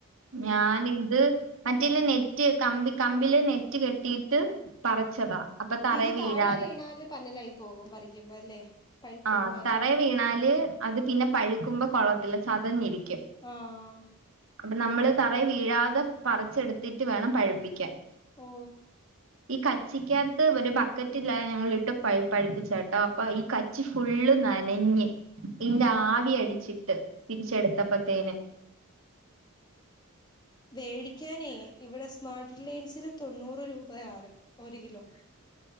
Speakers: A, on the left; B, on the right.
A: ഉം
B: ഞാൻ ഇത് മറ്റേല്ല നെറ്റ് കമ്പ കമ്പില് നെറ്റ് കെട്ടിയിട്ട് പറിച്ചതാ അപ്പൊ തറേ
A: ഇത്
B: വീഴാതെ
A: താഴെ വീണാല് പന്നലായി പോകും പറിക്കുമ്പോ അല്ലേ പഴുക്കും
B: ആ
A: നേരം
B: തറ വീണാല് അത് പിന്നെ പഴുക്കുമ്പോ കൊള സാധംഞരിക്ക
A: ആഹ
B: അപ്പൊ നമ്മള് തറ വീഴാതെ പറിച്ചെടുത്തിട്ട് വേണം പഴുപ്പിക്കാൻ
A: ഓ
B: ഈ കച്ചിക്കകത്ത് ഒരു ബക്കറ്റ് ഇല്ലാതെ ഞങ്ങളിട്ട് പഠിപ്പിച്ച കേട്ടോ അപ്പൊ ഈ കാ ച്ച ഫുള്ള് നനഞ്ഞ് ഇന്റെ
A: ഉം
B: ആവി അടിച്ചിട്ട് തിരിച്ചെടുത്തപ്പത്തേന
A: മേടിക്കാനേ ഇവിടെ സ്മാർട്ട് റിലയൻസിന് തൊണ്ണൂറ് രൂപ ആറ് ഒരു കിലോ